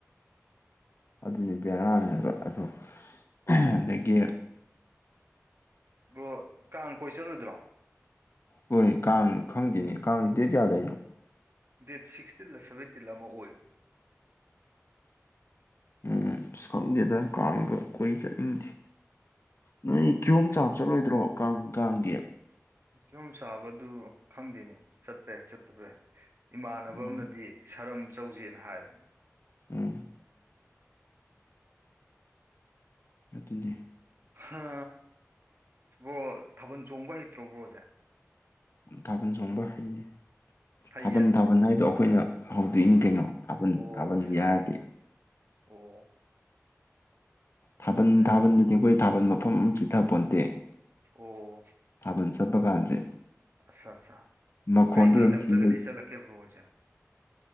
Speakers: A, on the left; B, on the right.
A: ꯑꯗꯨꯅꯤ ꯕꯦꯔꯥꯅꯤ ꯍꯥꯏꯕ ꯑꯗꯣ ꯑꯗꯒꯤ꯫
B: ꯕ꯭ꯔꯣ ꯀꯥꯡ ꯀꯣꯏ ꯆꯠꯂꫭꯏꯗ꯭ꯔꯣ꯫
A: ꯍꯣꯏ ꯀꯥꯡ ꯈꯪꯗꯦꯅꯦ ꯀꯥꯡ ꯗꯦꯠ ꯀꯌꯥꯗꯩꯅꯣ꯫
B: ꯗꯦꯠ ꯁꯤꯛꯁꯇꯤꯟꯗ ꯁꯕꯦꯟꯇꯤꯟ ꯑꯃ ꯑꯣꯏꯕꯅꯤ꯫
A: ꯎꯝ ꯈꯪꯗꯦꯗ ꯀꯥꯡꯒ ꯀꯣꯏ ꯆꯠꯅꯤꯡꯗꯦ꯫ ꯅꯣꯏ ꯒꯤꯍꫭꯝ ꯆꯥꯕ ꯆꯠꯂꯣꯏꯗ꯭ꯔꯣ ꯀꯥꯡ ꯀꯥꯡꯒꯤ꯫
B: ꯀꯤꯌꯣꯝ ꯆꯥꯕꯗꯨ ꯈꯪꯗꯦꯅ‌ꯦ ꯆꯠꯄ ꯌꯥꯏ ꯆꯠꯇꯕ ꯌꯥꯏ꯫ ꯏꯃꯥꯟꯅꯕ
A: ꯎꯝ
B: ꯑꯃꯅꯗꯤ ꯁꯔꯝ ꯆꯧꯖꯦꯅ ꯍꯥꯏꯕꯅꯤ
A: ꯎꯝ ꯑꯗꯨꯗꯤ
B: ꯁꯤ ꯕ꯭ꯔꯣ ꯊꯥꯕꯜ ꯆꯣꯡꯕ ꯍꯩꯇ꯭ꯔꯣꯕ꯭ꯔꯣꯁꯦ
A: ꯊꯥꯕꯜ ꯆꯣꯡꯕ ꯍꯩꯌꯦ
B: ꯍꯩꯌꯦ
A: ꯊꯥꯕꯜ ꯊꯥꯕꯜ ꯍꯥꯏꯗꯣ ꯑꯩꯈꯣꯏꯅ ꯍꯧꯗꯣꯛꯏꯅꯤ ꯀꯩꯅꯣ ꯊꯥꯕꯜ
B: ꯑꯣ
A: ꯊꯥꯕꯜꯒꯤ
B: ꯑꯁꯥ
A: ꯍꯥꯏꯔꯗꯤ
B: ꯑꯣ
A: ꯊꯥꯕꯜ
B: ꯑꯗꯨꯗꯩ
A: ꯊꯥꯕꯜꯗꯗꯤ ꯑꯩꯈꯣꯏ ꯊꯥꯕꯜ ꯃꯐꯝ ꯑꯃ ꯆꯤꯊꯄꯣꯟꯇꯦ
B: ꯑꯣ
A: ꯊꯥꯕꯜ ꯆꯠꯄ ꯀꯥꯟꯁꯦ
B: ꯑꯠꯁ ꯑꯠꯁꯥ
A: ꯃꯈꯣꯟꯗ
B: ꯀꯩꯀꯩ
A: ꯑꯗꯨꯝ
B: ꯂꯝꯗꯒꯗꯤ
A: ꯊꯤꯔ
B: ꯆꯠꯂꯛꯀꯦꯕ꯭ꯔꯣ ꯑꯩꯣꯏꯁꯦ